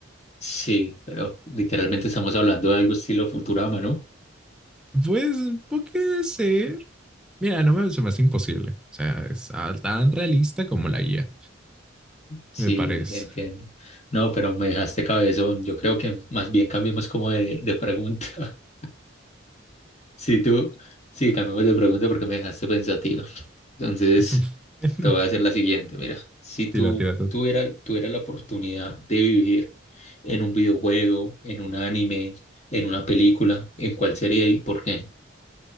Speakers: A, on the left (about 35°); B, in the centre.
A: Sí, pero literalmente estamos hablando de algo estilo Futurama, ¿no?
B: Pues puede ser. Mira, no me, se me hace imposible. O sea, es tan realista como la guía,
A: Sí,
B: me parece.
A: entiendo. No, pero me dejaste cabezón. Yo creo que más bien cambiemos como de, de pregunta. <laughs> Sí, tú, sí, cambiemos de pregunta porque me dejaste pensativo. Entonces,
B: <laughs> bueno,
A: te voy a hacer la siguiente. Mira, si tú
B: tira, tírate otra.
A: tuvieras tuviera la oportunidad de vivir en un videojuego, en un anime, en una película, ¿en cuál sería y por qué?